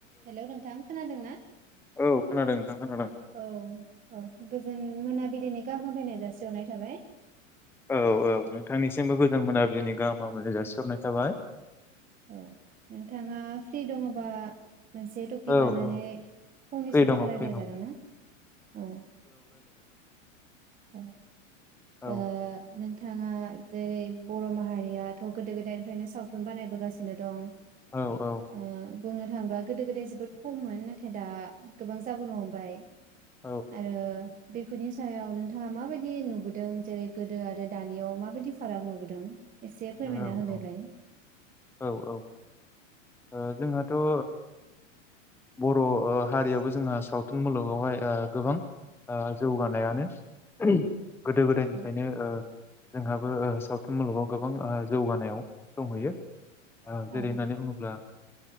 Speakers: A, on the right (about 20°); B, in the centre.
A: Hello नोंथां खोनादोंना
B: औ खोनादों नोंथां खोनादों
A: औ औ गोजोन मोनाबिलिनि गाहाम हामलायनाय जासि हरनाय थाबाय।
B: औ औ नोंथांनिसिमबो गोजोन मोनाबिनि गाहाम हामलायनाय जासिहरनाय थाबाय।
A: औ नोंथाङा फ्रि दङोबा मोनसे टपिक
B: औ
A: लानानै
B: औ
A: फंनैसो
B: फ्रि दङ
A: बाथ्रा रायलाया
B: फ्रि दङ
A: जागोन ना? औ। अ ओ
B: औ
A: नों थाङा जेरै बर' माहारियाथ' गोदो गोदायनिफ्रायनो सावथुन बानायबोगासिनो दं
B: औ औ।
A: ओ बुंनो थाङोब्ला गोदो गोदाय जोबोद खममोन नाथाय दा गोबां जाबोनो हमबाय।
B: औ
A: आरो बेफोरनि सायाव नों थाङा माबायदि नुबोदों जेरै गोदो आरो दानियाव माबायदि फाराग नुबोदों एसे फोरमायना
B: औ
A: होदोलाय।
B: औ औ ओ जोंहाथ' ओ बर' ओ हारियावबो जोंहा सावथुन मुलुगावहाय ओ गोबां ओ जौगानायानो गोदो गोदायनिफ्रायनो
A: औ
B: ओ जोंहाबो ओ सावथुन मुलुगाव गोब बां ओ जौगानायाव दंहैयो। ओ जेरै
A: औ
B: होननानै बुङोब्ला ओ